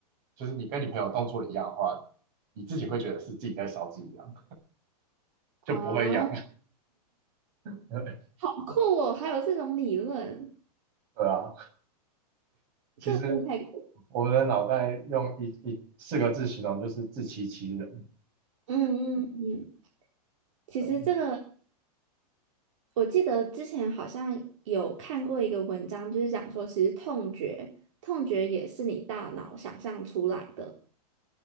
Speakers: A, on the right (about 35°); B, on the right (about 50°).
A: 就是你跟你朋友动作一样的话，你自己会觉得是自己在烧自己痒，
B: 啊，
A: 就不会痒。<laughs>
B: 好酷哦，还有这种理论。
A: 对啊，其实
B: 这个真的太酷，
A: 我们的脑袋用一一四个字形容就是自欺欺人。
B: 嗯嗯嗯，其实这个
A: 对，
B: 我记得之前好像有看过一个文章，就是讲说，其实痛觉，痛觉也是你大脑想象出来的